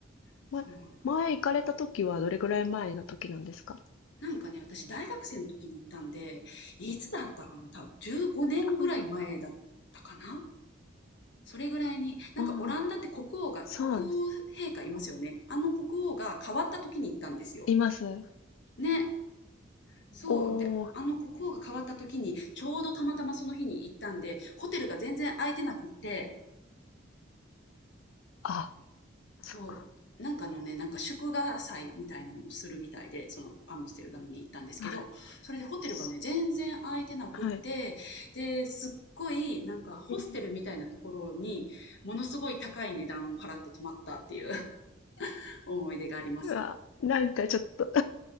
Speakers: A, on the left; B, on the left.
A: そうなの
B: ま、前行かれた時はどれぐらい前の時なんですか？
A: なんかね、私大学生の時に行ったんで、いつだったかな、た15年ぐらい前だったかな。
B: あ
A: それぐらいに、なんかオランダって国王が、
B: あ、ああ、そうなんです。
A: 国王陛下いますよね。あの国王が変わった時に行ったんですよ。
B: います。
A: ね。そう。
B: おお、
A: で、あの国王が変わった時に、ちょうどたまたまその日に行ったんで、ホテルが全然空いてなくって、
B: あ、そっか。
A: そう。なんかのね、なんか祝賀祭みたいなのをするみたいで、そのアムステルダムに行ったんですけど、
B: はい。
A: それでホテルがね、
B: す
A: 全然空いてなくって、
B: はい。
A: で、すっごいなんかホステルみたいなところに、
B: ええ。
A: ものすごい高い値段を払って泊まったっていう <laughs> 思い出があります。
B: うわ、なんかちょっと